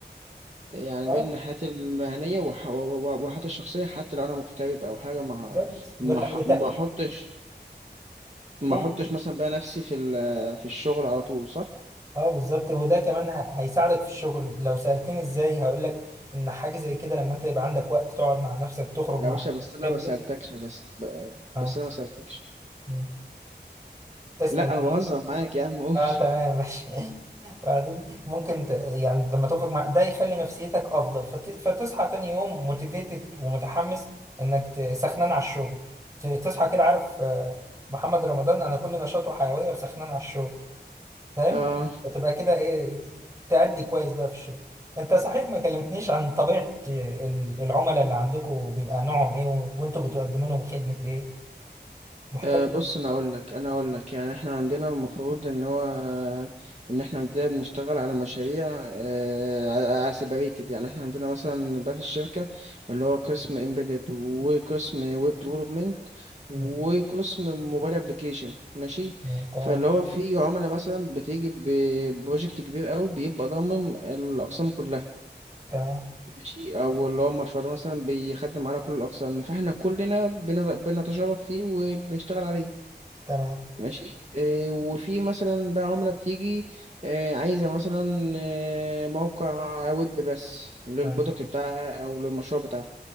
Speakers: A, on the right; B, on the right.
A: يعني
B: اه
A: بين حياتي المهنية وح- و- و- وحياتي الشخصية حتى لو أنا مغترب أو حاجة ما ه-
B: بالظبط ولا
A: ما ح-
B: وت...
A: ما أحطش ما
B: قول.
A: أحطش مثلا بقى نفسي في ال- في الشغل على طول صح؟
B: اه بالظبط وده كمان ه- هيساعدك في الشغل لو سألتني ازاي هقول لك ان حاجة زي كده لما انت يبقى عندك وقت تقعد مع نفسك تخرج
A: يا
B: مع
A: باشا
B: حد
A: بس
B: بتحبه
A: أنا ما سألتكش بس ب-
B: اه
A: بس أنا ما سألتكش
B: م. تسأل
A: لا أنا بهزر معاك يا عم قول
B: اه تمام ماشي <laughs> بعدين ممكن ت... يعني لما تخرج مع ده يخلي نفسيتك افضل فت... فتصحى تاني يوم موتيفيتد ومتحمس انك ت... سخنان على الشغل ت... تصحى كده عارف آه، محمد رمضان انا كل نشاطه حيوية وسخنان على الشغل فاهم
A: اه
B: فتبقى كده ايه تأدي كويس بقى في الشغل انت صحيح ما كلمتنيش عن طبيعة ال- العملاء اللي عندكم بيبقى نوعهم ايه و- وانتوا بتقدموا لهم خدمة ايه محتاج
A: أه بص انا اقول لك انا اقول لك يعني احنا عندنا المفروض ان هو ان احنا عندنا بنشتغل على مشاريع أه سيبريتد يعني احنا عندنا مثلا بقى في الشركه اللي هو قسم امبيدد وقسم ويب ديفلوبمنت وقسم
B: م-
A: موبايل ابلكيشن ماشي
B: م- تمام
A: فاللي هو في عملاء مثلا بتيجي ببروجكت كبير قوي بيبقى ضامن الاقسام كلها
B: تمام
A: ماشي او اللي هو المشروع ده مثلا بيخدم على كل الاقسام فاحنا كلنا بن- بنتشارك فيه وبنشتغل عليه
B: تمام
A: ماشي آه، وفي مثلا بقى عملة بتيجي آه، عايزة مثلا آه، موقع ويب بس للبرودكت
B: تمام
A: بتاعها أو للمشروع بتاعها